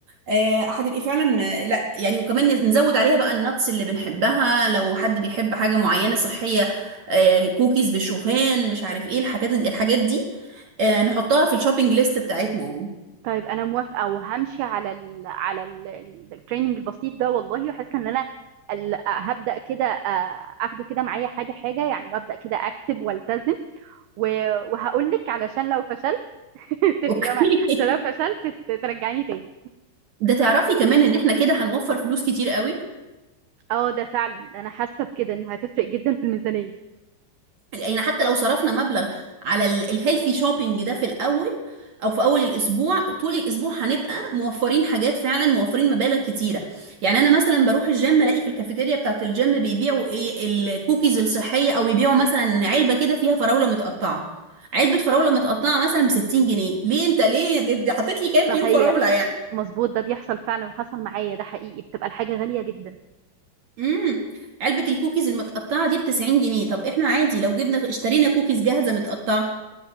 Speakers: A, on the right; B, on the right.
A: آه، هتبقي فعلا آه، لا يعني وكمان نز- نزود عليها بقى النتس اللي بنحبها لو حد بيحب حاجة معينة صحية آه، كوكيز بالشوفان مش عارف ايه الحاجات دي الحاجات دي آه، نحطها في الشوبينج ليست بتاعتنا يعني
B: طيب انا موافقه وهمشي على ال على التريننج البسيط ده والله وحاسه ان انا ال- هبدا كده آه، اخده كده معايا حاجه حاجه يعني ابدا كده اكتب والتزم وهقول لك علشان لو فشلت <laughs> اتفقي
A: اوكي
B: بقى معايا،
A: <laughs>
B: عشان لو فشلت ت- ترجعيني تاني
A: ده تعرفي كمان ان احنا كده هنوفر فلوس كتير قوي
B: اه ده فعلا انا حاسه بكده انه هتفرق جدا في الميزانيه
A: يعني حتى لو صرفنا مبلغ على الهيلثي شوبينج ده في الاول او في اول الاسبوع طول الاسبوع هنبقى موفرين حاجات فعلا موفرين مبالغ كتيره يعني انا مثلا بروح الجيم الاقي في الكافيتيريا بتاعه الجيم بيبيعوا ايه الكوكيز الصحيه او بيبيعوا مثلا علبه كده فيها فراوله متقطعه علبه فراوله متقطعه مثلا ب 60 جنيه ليه انت ليه جد- حطيت لي كام
B: صحيح
A: كيلو فراوله يعني
B: مظبوط ده بيحصل فعلا وحصل معايا ده حقيقي بتبقى الحاجه غاليه جدا
A: امم علبه الكوكيز المتقطعه دي ب 90 جنيه طب احنا عادي لو جبنا اشترينا كوكيز جاهزه متقطعه